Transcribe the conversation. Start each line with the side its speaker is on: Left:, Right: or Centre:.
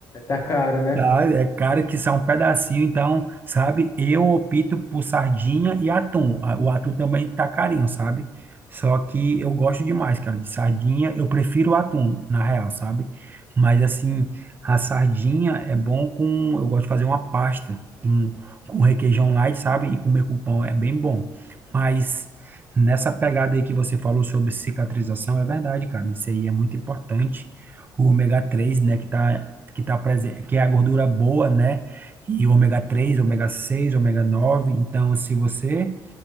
Left: Tá caro, né?
Right: Ah, É caro que são um pedacinho, então, sabe? Eu opto por sardinha e atum. Ah, O atum também tá carinho, sabe? Só que eu gosto demais, cara, de sardinha. Eu prefiro o atum, na real, sabe? Mas, assim, a sardinha é bom com. Eu gosto de fazer uma pasta com, com requeijão light, sabe? E comer com pão é bem bom. Mas nessa pegada aí que você falou sobre cicatrização, é verdade, cara. Isso aí é muito importante. O ômega 3, né, que tá que tá presente, que é a gordura boa, né? E ômega 3, ômega 6, ômega 9. Então, se você